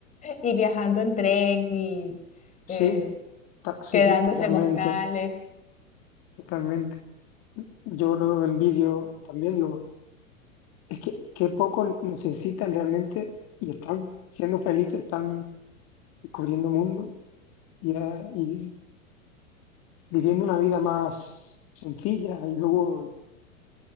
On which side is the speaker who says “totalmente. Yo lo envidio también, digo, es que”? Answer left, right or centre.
Left